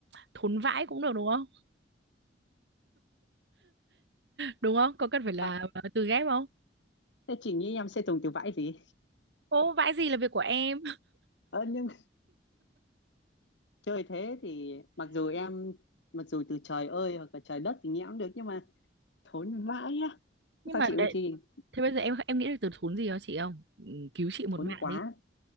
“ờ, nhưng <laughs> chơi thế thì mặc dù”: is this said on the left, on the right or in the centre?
Left